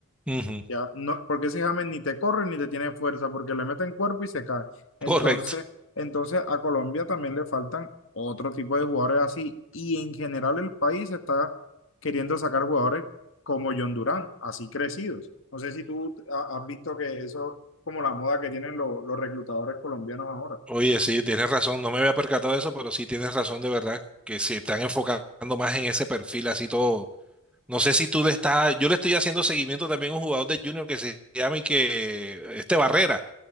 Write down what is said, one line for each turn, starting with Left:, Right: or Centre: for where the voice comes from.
Centre: Ujú,
Left: Ya, no, porque ese James ni te corre ni te tiene fuerza, porque le meten cuerpo y se cae. Entonces,
Centre: correcto.
Left: entonces a Colombia también le faltan otro tipo de jugadores así. Y en general el país está queriendo sacar jugadores como John Durán, así crecidos. No sé si tú ha- has visto que eso es como la moda que tienen lo- los reclutadores colombianos ahora.
Centre: Oye, sí, tienes razón, no me había percatado de eso, pero sí tienes razón de verdad, que se están enfocando más en ese perfil así todo. No sé si tú le estás, yo le estoy haciendo seguimiento también a un jugador de Junior que se llama y que, este Barrera,